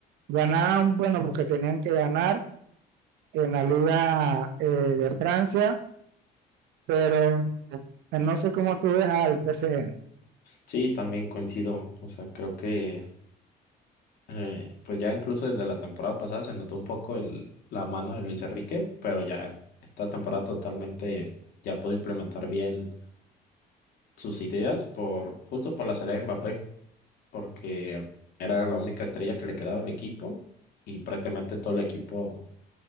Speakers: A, on the right; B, on the left.
A: ganaban, bueno, porque tenían que ganar en la Liga eh, de Francia pero eh, no sé cómo tú ves al PSG.
B: Sí, también coincido. O sea, creo que eh, pues ya incluso desde la temporada pasada se notó un poco el, la mano de Luis Enrique, pero ya esta temporada totalmente ya pudo implementar bien sus ideas por justo por la salida de Mbappé. porque era la única estrella que le quedaba al equipo y prácticamente todo el equipo